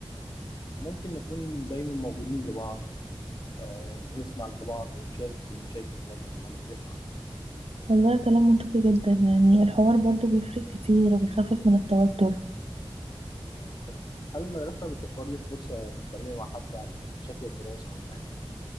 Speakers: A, on the left (about 45°); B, on the right (about 80°).
A: ممكن نكون دايما موجودين لبعض آه، بنسمع لبعض ونشارك المشاكل بدل ما نكتمها
B: والله كلام منطقي جدا يعني الحوار برضو بيفرق كتير وبيخفف من التوتر
A: آه، ف- هل المدرسة بتوفر لك فرصة تتكلمي مع حد عن مشاكل الدراسة أو الحياة؟